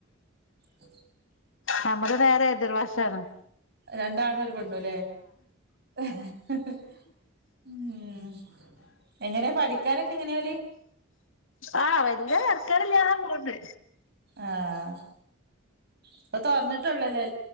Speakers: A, on the right; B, on the left.
A: അ
B: നമ്മള് നേരെ എതിർവാശാണ്
A: രണ്ടാണ് ഒരു പെണ്ണുല്ലേ? ഉം ഉം എങ്ങനെയ പഠിക്കാനൊക്കെ എങ്ങനെയാ ഓല്
B: ആഹ വല്യ തര്ക്കേടില്ലാതെ അ പോണ്ട്.
A: ആഹ് ഇപ്പൊ തുറന്നിട്ടുള്ളല്ലേ